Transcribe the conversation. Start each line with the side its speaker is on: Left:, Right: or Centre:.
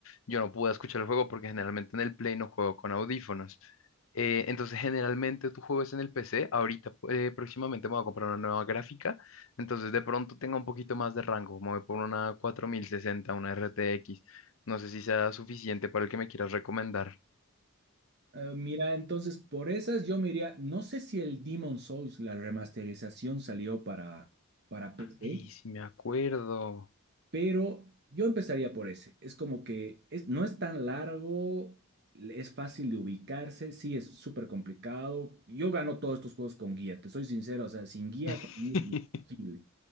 Left: yo no pueda escuchar el juego porque generalmente en el Play no juego con audífonos. Eh, entonces generalmente tú juegas en el PC, ahorita eh, próximamente me voy a comprar una nueva gráfica, entonces de pronto tenga un poquito más de rango, me voy por una cuatro mil sesenta, una RTX, no sé si sea suficiente para el que me quieras recomendar.
Right: Eh, mira, entonces por esas yo me iría, no sé si el Demon Souls, la remasterización salió para, para PC,
Left: Ay, si me acuerdo.
Right: pero yo empezaría por ese. Es como que es, no es tan largo, es fácil de ubicarse, sí es súper complicado. Yo gano todos estos juegos con guía, te soy sincero, o sea, sin guía
Left: <laughs>
Right: para mí es imposible.